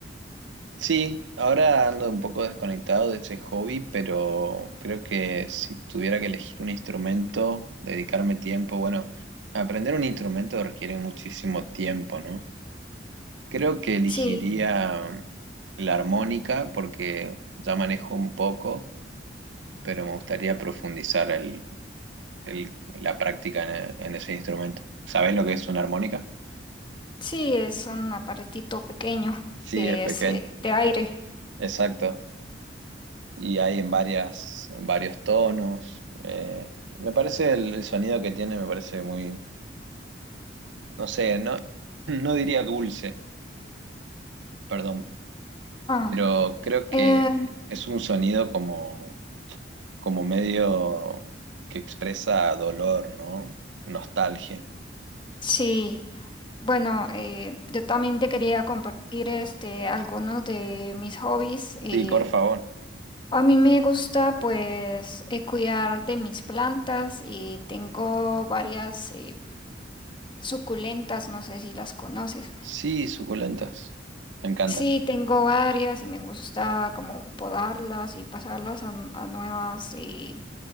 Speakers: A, on the right; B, on the left.
A: Sí, ahora ando un poco desconectado de ese hobby, pero creo que si tuviera que elegir un instrumento, dedicarme tiempo, bueno, aprender un instrumento requiere muchísimo tiempo, ¿no? Creo que elegiría
B: Sí,
A: la armónica porque ya manejo un poco, pero me gustaría profundizar el, el- la práctica en, en ese instrumento. ¿Sabés lo que es una armónica?
B: sí, es un aparatito pequeño
A: Sí,
B: que
A: es pequeño.
B: es eh, de aire.
A: Exacto. y hay en varias, en varios tonos. eh, me parece el, el sonido que tiene, me parece muy, no sé, no, <clears throat> no diría dulce, perdón,
B: Ah,
A: pero creo que
B: eh,
A: es un sonido como, como medio que expresa dolor, ¿no? Nostalgia.
B: sí, bueno, eh, yo también te quería compartir este, algunos de mis hobbies. eh,
A: Sí, por favor.
B: a mí me gusta pues eh, cuidar de mis plantas y tengo varias eh, suculentas, no sé si las conoces.
A: Sí, suculentas. Me encantan.
B: Sí, tengo varias y me gusta como podarlas y pasarlas a, n- a nuevas eh,